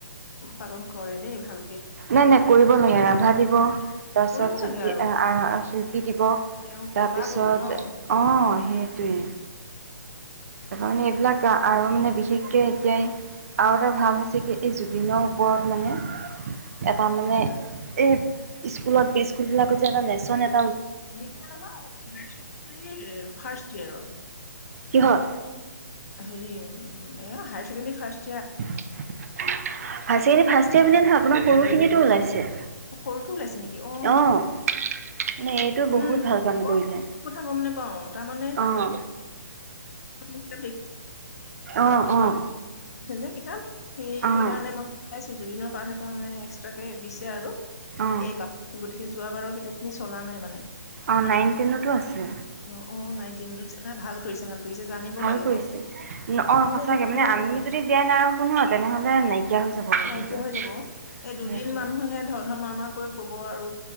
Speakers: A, on the left (about 55°); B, on the right (about 55°).
A: পালন কৰে দেই ভাল
B: নাই নাই কৰিব লাগে ৰাভা দিব তাৰপিছত
A: কৰিব
B: জুতি
A: লাগে আৰু
B: আহ শিল্পী দিব তাৰপিছত
A: তেওঁ কলা গুৰু ন
B: আহ
A: উম,
B: সেইটোৱে তাৰপ মানে এইবিলাক আৰু মানে বিশেষকে এতিয়া আৰু এটা ভাল হৈছে কি এই জুবিনৰ ওপৰত মানে এটাৰ মানে এই স্কুলত স্কুল বিলাকত যে এটা লেচন এ
A: দে হ ফাৰ্ষ্ট ইয়েৰৰ
B: কিহৰ
A: হেৰি উ এ হ চে ফ্ষষ্ট
B: ভবুলি নহয় আপোনাৰ সৰুখিনিতো ওলাইছে
A: অ সৰুটো ওলাইছে নেকি অ
B: অঁ মানে এইটো বহুত
A: উম
B: ভাল কাম
A: উ
B: কৰিলে
A: অ কথা গম নোপাও তাৰমানে
B: অঁ
A: কিতাপ দেখি
B: অঁ অঁ
A: যে কিতাপ। সেইটো
B: অঁ
A: কাৰণে মই পাইছো জুবিনৰ। পাঠ এটা মানে এক্সট্ৰাক কে। আৰু
B: অঁ
A: এইবাৰ গতিকে যোৱাবাৰৰ কিতাপ খিনি। চলা নাই মানে।
B: অ নাইন টেনতো আছে।
A: অ অ নাইনটিন ভাল কৰিছে ভাল কৰিছে জানিব
B: ভাল
A: লাগে
B: কৰিছে
A: ন সকলোৱে
B: অ সঁচাকে
A: জানিব
B: মানে
A: লাগে
B: আমি
A: আৰু
B: যদি জীয়াই নাই শুনো তেনেহলে নাইকিয়া হৈ যাব বাৰু
A: নাইকিয়া
B: কিন্তু
A: হৈ যাব এই দুদিন
B: সেইটয়ে
A: মানুহে ধৰ ধৰ মাৰ মাৰ কৈ কব আৰু